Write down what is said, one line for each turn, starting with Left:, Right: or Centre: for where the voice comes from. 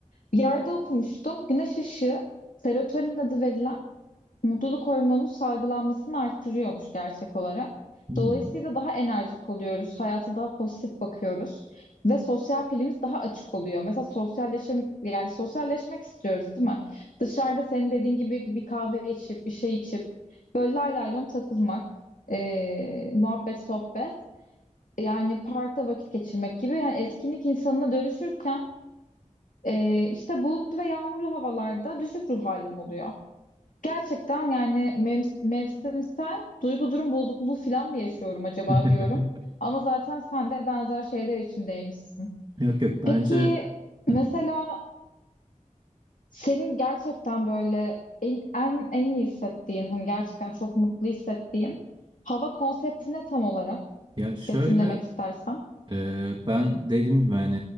Left: bir yerde okumuştum. Güneş ışığı, serotonin adı verilen Mutluluk hormonunun salgılanmasını arttırıyormuş gerçek olarak.
Right: hı.
Left: Dolayısıyla daha enerjik oluyoruz, hayata daha pozitif bakıyoruz ve sosyal pilimiz daha açık oluyor. Mesela sosyalleşim, yani sosyalleşmek istiyoruz, değil mi? Dışarıda senin dediğin gibi bir kahve içip, bir şey içip, böyle lay lay lom takılmak, eee, muhabbet, sohbet, yani parkta vakit geçirmek gibi yani etkinlik insanına dönüşürken eee, işte bulutlu ve yağmurlu havalarda düşük ruh halim oluyor. Gerçekten yani mev- mevsimsel duygu durum bozukluğu falan mı yaşıyorum acaba
Right: Hmm.
Left: diyorum.
Right: <laughs>
Left: Ama zaten sen de benzer şeyler içindeymişsin.
Right: Yok yok bence
Left: Peki mesela
Right: Hı.
Left: senin gerçekten böyle en, en, en iyi hissettiğin, hani gerçekten çok mutlu hissettiğin hava konseptine tam olarak?
Right: ya şöyle
Left: Betimlemek istersen.
Right: Ee, ben dediğim gibi hani